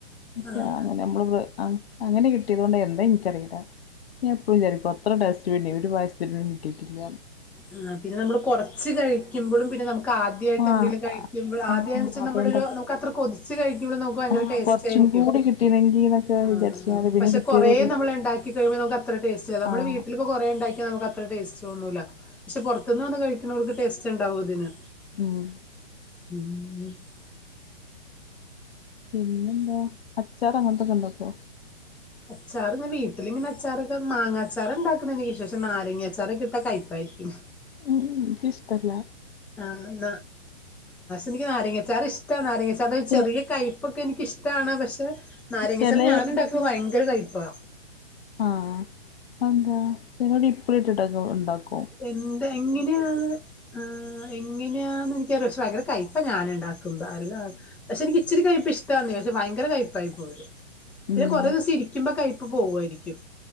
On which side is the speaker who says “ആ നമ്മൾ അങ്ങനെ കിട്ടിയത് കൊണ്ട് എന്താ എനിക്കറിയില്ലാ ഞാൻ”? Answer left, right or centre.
Left